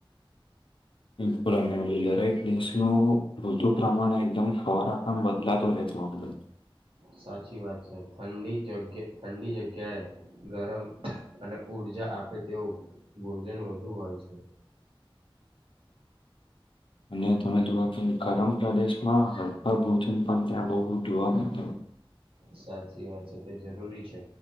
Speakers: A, on the left; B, on the right.
A: પુરાને દસ વધતુ પ્રમાણે એકદમ ખવારા કામ બદલાતો રહેેતોદમ
B: સાચી વાત છે ઠંડી જગ્યા ઠંડી જગ્યાએ ગરમ. અને ઉર્જા આપે તેવું ભોજન વધુ હોય છે.
A: અને તમે જોવા તો ગરમ પ્રદેશમાં હલકા ભોજન પણ ત્યાં બહુ જોવા મળ.
B: સાચી વાત છે તે જરૂરી છે.